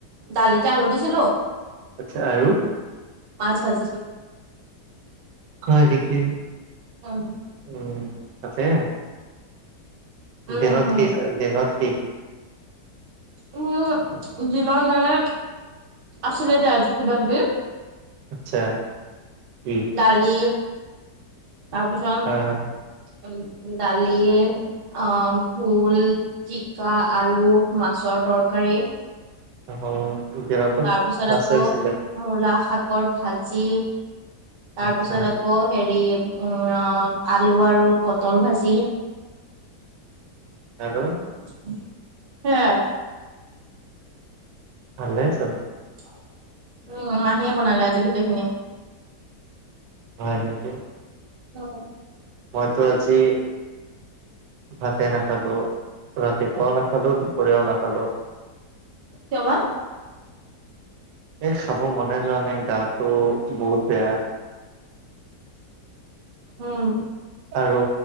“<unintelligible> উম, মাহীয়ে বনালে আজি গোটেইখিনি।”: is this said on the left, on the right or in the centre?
Right